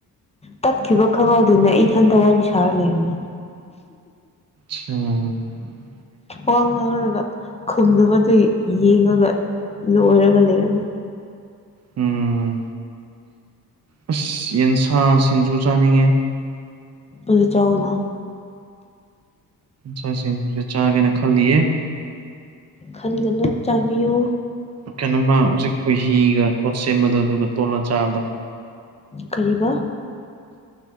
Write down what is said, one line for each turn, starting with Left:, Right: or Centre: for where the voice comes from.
Left: ꯇꯠꯈꯤꯕ ꯈꯪꯍꯧꯗꯦꯅꯦ ꯑꯩ ꯊꯟꯇ ꯋꯥꯔꯤ ꯁꯥꯔ ꯂꯩꯔꯝꯃꯦ
Right: ꯎꯝ
Left: ꯋꯥ ꯉꯥꯡꯔꯒ ꯈꯨꯝꯗꯕ ꯗꯨꯒꯤ ꯌꯦꯡꯉꯥꯒ ꯂꯣꯏꯔꯒ ꯂꯩꯔꯝꯃꯦ
Right: ꯎꯝ ꯑꯁ ꯌꯦꯟꯁꯥ ꯁꯤꯡꯖꯨ ꯆꯥꯅꯤꯡꯉꯦ
Left: ꯑꯗꯨꯗꯤ ꯆꯥꯎꯋꯣꯅꯥ
Right: ꯁꯟ ꯁꯤꯡꯖꯨꯁꯨ ꯆꯥꯒꯦꯅ ꯈꯜꯂꯤꯌꯦ
Left: ꯈꯟꯒꯅꯨ ꯆꯥꯕꯤꯌꯨ
Right: ꯀꯩꯅꯣꯃ ꯍꯧꯖꯤꯛ ꯀꯍꯤꯤꯒ ꯄꯣꯠ ꯁꯦꯝꯕꯗ ꯑꯗꯨꯒ ꯇꯣꯠꯂ ꯆꯥꯕꯗ
Left: ꯀꯔꯤꯕ